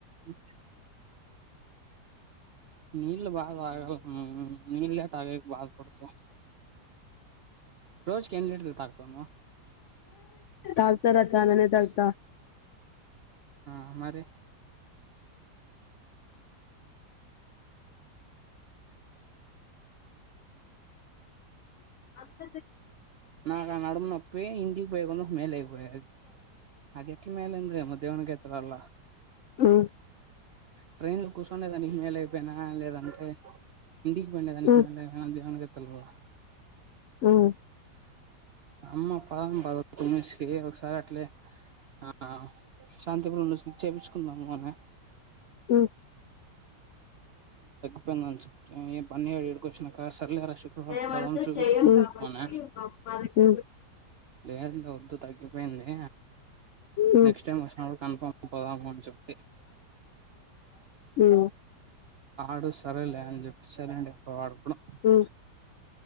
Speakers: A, on the right; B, on the left.
A: వ నీళ్ బాగా తాగాలా అమ్మ నీళ్లే తగేకి బాధపడతావు రోజుకి ఎన్ని లీటర్లు తాగుతావు నువ్వు
B: తాగుతారా చాననే తాగుతా
A: ఆ మరి
B: అత్తదే
A: నాకు ఆ నడుము నొప్పి ఇంటికి పోయ కొందు మేల్ లేకపోయే అది ఎట్లా మేలందిమె దేవునికే తెల్వాల
B: ఉమ్
A: ట్రైన్లో కూర్చోండేదానికి మేలయిపోయినా లేదంటే ఇంటికి పోయి ఉండే దానికి
B: ఉమ్
A: మళ దేవునికే తెల్వదా
B: ఉమ్
A: అమ్మ పోదాం పద పుణ్య శ్రీ ఒకసారి అట్లే ఆ శాంతి పూజ చేపియించుకుందాము అనే
B: ఉమ్
A: ఏం పని లేదా ఇక్కడికి వచ్చినవ్ సర్ లేరా శుక్రవారం
B: మేమంటే
A: పోదాం చూపిచ్చుకుందాం
B: చెయ్యం కాబట్టి
A: అనే
B: మా దగ్గరికి
A: లేదులే వద్దు తగ్గిపోయింది
B: ఉమ్
A: నెక్స్ట్ టైమ్ వచ్చినప్పుడు కన్ఫర్మ్ అ పోదాము అని చెప్తి
B: ఉమ్
A: వాడు సరేలే అని చెప్పి సైలెంట్ అయిపోయా వాడుకూడా
B: ఉమ్